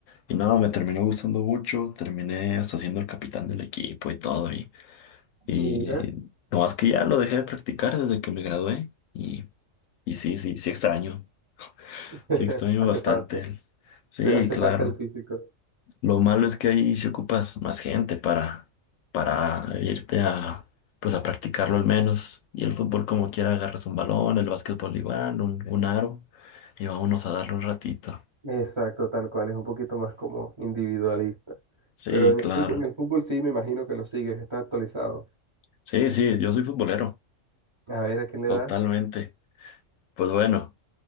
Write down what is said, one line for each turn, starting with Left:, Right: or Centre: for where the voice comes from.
Left: Y nada, me terminó gustando mucho, terminé hasta siendo el capitán del equipo y todo. Y, y
Right: Mira,
Left: nomás que ya lo dejé de practicar desde que me gradué. Y, y sí, sí, sí extraño,
Right: <laughs>
Left: sí extraño
Right: hace
Left: bastante.
Right: falta,
Left: Sí,
Right: te hace
Left: claro.
Right: falta el físico.
Left: Lo malo es que ahí si ocupas más gente para, para irte a, pues a practicarlo al menos. Y el fútbol como quiera agarras un balón, el básquetbol igual, un, un aro, y vámonos a darle un ratito.
Right: Exacto, tal cual, es un poquito más como individualista.
Left: Sí,
Right: Pero en
Left: claro.
Right: el fútbol, en el fútbol sí me imagino que lo sigues, estás actualizado.
Left: Sí, sí, yo soy futbolero,
Right: A ver, ¿a quién le
Left: totalmente.
Right: das?
Left: Pues bueno,